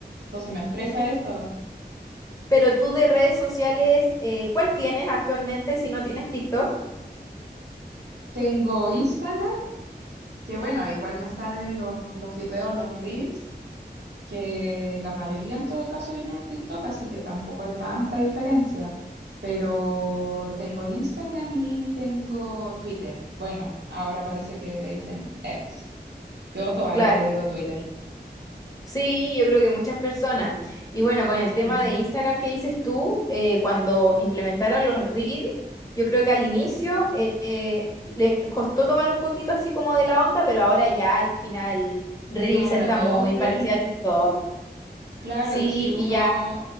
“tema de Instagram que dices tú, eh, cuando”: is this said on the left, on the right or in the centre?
Left